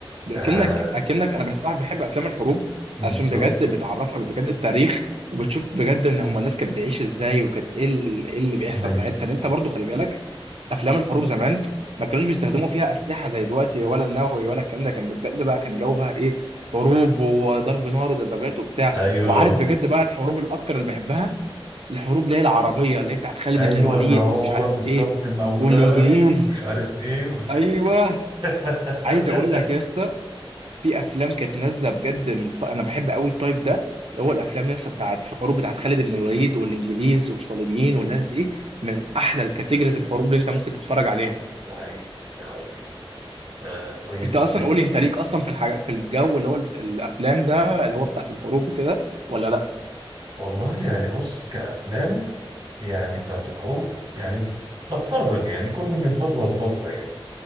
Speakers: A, on the right; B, on the right.
A: اكنك
B: آه
A: اكنك انا بصراحه بحب افلام الحروب
B: بالظبط
A: عشان بجد بتعرفك بجد التاريخ وبتشوف بجد ان هم الناس كانت بتعيش ازاي وكانت ايه ال- إيه اللي بيحصل
B: ايوه
A: ساعتها ان انت برضو خلي بالك افلام الحروب زمان ما كانوش بيستخدموا فيها اسلحه زي دلوقتي ولا النووي ولا الكلام ده كان بجد بقى كان جو بقى ايه حروب وضرب نار ودبابات وبتاع
B: ايوه
A: وعارف بجد بقى الحروب الاكتر اللي بحبها الحروب اللي هي العربيه اللي هي بتاعت خالد
B: ايوه
A: بن الوليد
B: اللي هو
A: ومش عارف
B: بقى بالظبط
A: ايه
B: مولاي
A: والانجليز
B: ومش عارف ايه وال...
A: ايوه
B: <laughs>
A: عايز اقول لك يا اسطى في افلام كانت نازله بجد من الط... انا بحب قوي التايب ده اللي هو الافلام يس بتاعت حروب بتاعت خالد بن الوليد والانجليز والصليبيين والناس دي من احلى الكاتيجوريز الحروب اللي انت ممكن تتفرج عليها
B: ده حقيقي ده حقيقي آه طيب
A: انت اصلا قولي انت ليك اصلا في الحاجه في الجو اللي هو الس- الافلام ده اللي هو بتاعت الحروب وكده ولا لا
B: والله يعني بص كأفلام يعني بتاعت الحروب يعني بتفرج يعني كل من فترة لفترة يعني